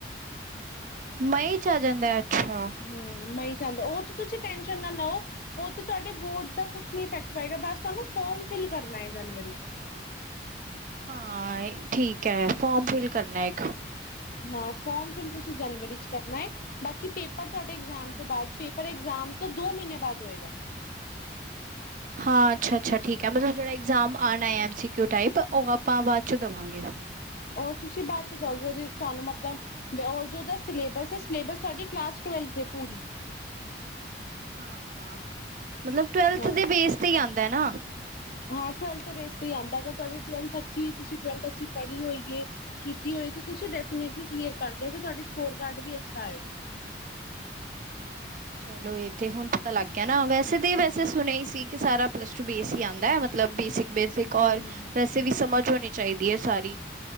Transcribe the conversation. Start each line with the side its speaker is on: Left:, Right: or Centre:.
Right: ਹ <inaudible> ਮਈ 'ਚ ਆ ਜਾਂਦਾ ਅੱਛਾ
Left: ਹਾਂ ਮਈ ਆਦਾਂ, ਉਹ ਤਾਂ ਤੁਸੀਂ ਟੈਨਸ਼ਨ ਨਾ ਲੋ ਉਹ ਤੇ ਤਾੱਡੇ ਬੋਰਡ ਦਾ ਕੁਛ ਨੀ ਇਫੈਕਟ ਪਏਗਾ ਬਸ ਤੁਾਨੂੰ ਫੋਮ ਫਿਲ ਕਰਨਾ ਹੈ ਜਨਵਰੀ 'ਚ।
Right: ਹਾਂ ਠੀਕ ਏ ਫੋਰਮ ਫਿਲ ਕਰਨਾ ਇੱਕ
Left: ਹਾਂ ਫੋਰਮ ਫਿਲ ਤੁਸੀਂ ਜਨਵਰੀ ਚ ਕਰਨਾ ਏ। ਬਾਕੀ ਪੇਪਰ ਤੁਹਾਡੇ ਇਗਜ਼ਾਮ ਤੋਂ ਬਾਅਦ ਪੇਪਰ ਇਕਜ਼ਾਮ ਤੋਂ ਦੋ ਮਹੀਨੇ ਬਾਅਦ ਹੋਏਗਾ।
Right: ਹਾਂ ਅੱਛਾ - ਅੱਛਾ, ਠੀਕ ਐ ਮਤਲਬ ਜਿਹੜਾ ਇਗਜ਼ਾਮ ਆਨਾ ਐਮ ਸੀ ਕਯੁ ਟਾਈਪ, ਉਹ ਆਪਾਂ ਬਾਅਦ ਚੋਂ ਦਵਾਂਗੇ।
Left: ਉਹ ਤੁਸੀਂ ਬਾਅਦ ਚ ਦੋਗੇ ਉਹਦੀ ਤਾਨੂੰ ਮਤੱਲਬ ਔਰ ਜੋ ਅੋਦਾ ਸਿਲੇਬਸ ਏ ਸਿਲੇਬਸ ਤੁਹਾਡੀ ਕਲਾਸ ਟਵੈਲਥ ਏ ਪੂਰੀ।
Right: ਹਾਂ ਹਾਂ ਮਤਲਬ ਟਵੈਲਥ
Left: ਹਾਂ
Right: ਦੇ ਬੇਸ ਤੇ ਹੀ ਆਂਦਾ ਨਾ।
Left: ਹਾਂ, ਟਵੈਲਥ ਦੇ ਬੇਸ ਤੇ ਹੀ ਆਂਦਾ। ਅਗਰ ਤੁਹਾਡੀ ਟਵੈਲਥ ਅੱਛੀ। ਤੁਸੀਂ ਟਵੈਲਥ ਅੱਛੀ ਪੜ੍ਹੀ ਹੋਈ ਏ। ਕੀਤੀ ਹੋਈ ਤਾਂ ਤੁਸੀਂ ਡੈਫੀਨੇਟਲੀ
Right: ਹਮ ਹਮ
Left: ਕਲੀਅਰ ਕਰ ਜਾਓਗੇ ਤੁਹਾਡੇ ਸਕੋਰ ਕਾਰਡ ਵੀ ਅੱਛਾ ਆਏਗਾ।
Right: ਹਾਂ। ਚਲੋ ਏ ਤੇ ਹੁਣ ਪਤਾ ਲੱਗ ਗਿਆ ਨਾ ਵੈਸੇ ਤਾਂ ਵੈਸੇ ਸੁਣਿਆ ਹੀ ਸੀ। ਕਿ ਸਾਰਾ ਪਲੱਸ ਟੂ ਬੇਸ ਈ ਆਂਦਾ। ਮਤਲਬ ਬੇਸਿਕ-ਬੇਸਿਕ ਔਰ
Left: ਹਮ
Right: ਵੈਸੇ ਵੀ ਸਮਝ ਹੋਣੀ ਚਾਹੀਦੀ ਏ ਸਾਰੀ।